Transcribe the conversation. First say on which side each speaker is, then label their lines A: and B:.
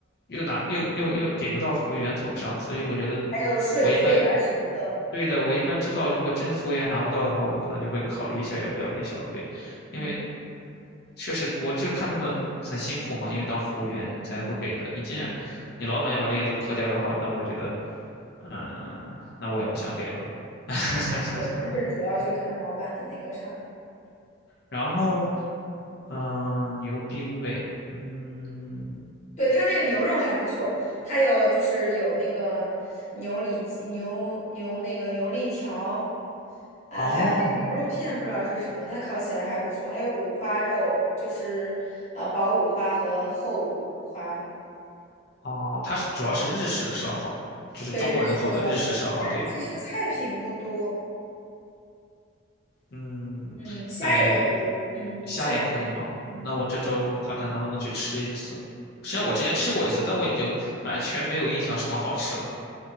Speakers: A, on the left; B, on the left.
A: 又拿又又又给不到服务员头上，所以我觉得
B: 还有税费啊什么的。
A: 我一般对的，我一般知道，如果真服务员拿不到的话，我可能就会考虑一下要不要给小费，因为
B: 嗯
A: 确实我这看他们很辛苦嘛，因为当服务员才会给的。
B: 嗯嗯，
A: 你既然你老板要把这些都磕掉的话，那我觉得，嗯，那我也不想给了。<laughs>
B: 嗯，对，但是主要就看老板的那个啥。
A: 然后，
B: 嗯，
A: 嗯、牛冰味，嗯，
B: 对，他那个牛肉还不错，他有就是有那个牛里脊牛牛那个牛肋条，啊，
A: 哦
B: 还有那个牛肉片，不知道是什么，它烤起来还不错。还有五花肉，就是啊薄五花和厚五花，
A: 哦，它是主要是日式的烧烤，就是中国人做的日式烧烤店。
B: 对，日式的烧烤。但是其实菜品不多，
A: 嗯，
B: 嗯，虾也可以，
A: 哎，
B: 嗯，
A: 虾也可以吗？
B: 虾也可以，嗯，
A: 那我这周看看能不能去吃一次。实际上我之前吃过一次，
B: 对
A: 但我已经完全没有印象什么好吃了。